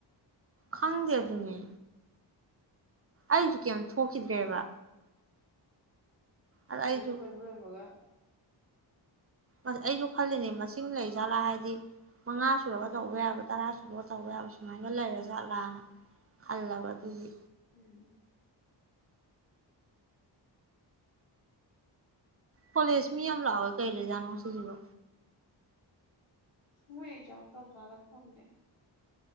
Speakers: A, on the right; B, on the left.
A: ꯈꯪꯗꯦ ꯑꯗꯨꯅꯦ ꯑꯩꯁꯨ ꯀꯩꯝ ꯊꯣꯛꯈꯤꯗ꯭ꯔꯦꯕ
B: ꯊꯣꯛꯈꯤꯗ꯭ꯔꯦ
A: ꯑꯗ ꯑꯩꯁꯨ
B: ꯂꯣꯏꯕ ꯂꯣꯏꯕꯒ
A: ꯑꯩꯁꯨ ꯈꯜꯂꯤꯅꯦ ꯃꯁꯤꯡ ꯂꯩ ꯖꯥꯠꯂꯥ ꯍꯥꯏꯗꯤ ꯃꯉꯥ ꯁꯨꯔꯒ ꯇꯧꯕ ꯌꯥꯕ ꯇꯔꯥ ꯁꯨꯔꯒ ꯇꯧꯕ ꯌꯥꯕ ꯁꯨꯃꯥꯏꯅ ꯂꯩꯔ ꯖꯥꯠꯂꯥꯅ ꯈꯜꯂꯒ ꯑꯗꯨꯒꯤ
B: ꯎꯝ
A: ꯀꯣꯂꯦꯖ ꯃꯤ ꯌꯥꯝ ꯂꯥꯛꯑꯣꯏ ꯀꯩ ꯂꯩꯖꯥꯠꯅꯣ ꯉꯥꯁꯤꯖꯤꯕꯨ
B: ꯃꯣꯏ ꯑꯦꯖꯝ ꯇꯧꯖꯠꯔꯥ ꯈꯪꯗꯦ